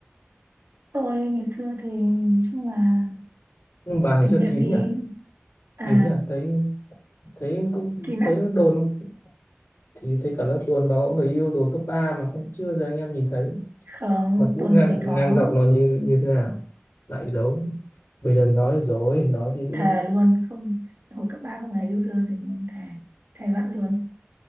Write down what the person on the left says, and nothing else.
nhưng bà ngày
xưa
kín
nhỉ
kín nhỉ thấy thấy cũng
thấy đồn thì thấy cả lớp đồn bà có người yêu rồi cấp 3 mà không chưa cho anh em nhìn thấy
mặt mũi
ngang
ngang dọc nó như như thế nào lại giấu bây giờ thì nói được rồi nói đi